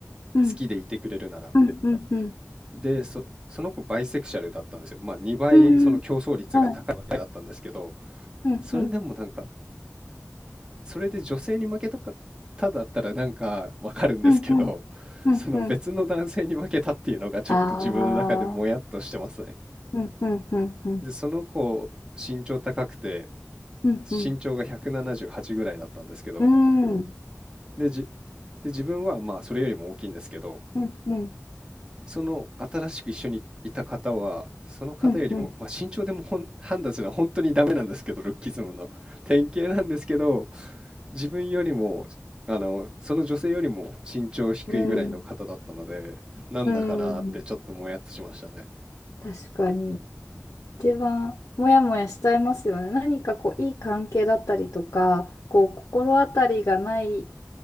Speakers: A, on the left (about 75°); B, on the right (about 15°).
A: うん。
B: 好きでいてくれるなら。
A: うん。うん。うん。
B: で、そ、その子バイセクシャルだったんですよ。まあ2倍その競争率が高いわけだったんですけど、
A: うんはい。うん。
B: それでもなんか、
A: うん。
B: それで女性に負けたかっただったらなんかわかるんですけど、
A: うん。うん。うんうん。
B: その別の男性に負けたっていうのがちょっと自分の中でもやっとしてますね。
A: ああ。うん。うん。うん。うん。
B: で、その子身長高くて、
A: うん。
B: 身長が178ぐらいだったんですけど、
A: うん。うん。
B: で、じ、で、自分はまあそれよりも大きいんですけど、
A: うん。うん。
B: その新しく一緒にいた方は、その方よりも、
A: うん。うん。
B: まあ身長でもほん判断するのは本当にダメなんですけど、ルッキズムの典型なんですけど、自分よりも、あの、その女性よりも身長低いぐらいの方だったので、
A: うん。
B: なんだかなーってちょっともやっとしましたね。
A: うん確かに。一番モヤモヤしちゃいますよね。何かこういい関係だったりとか、こう心当たりがない、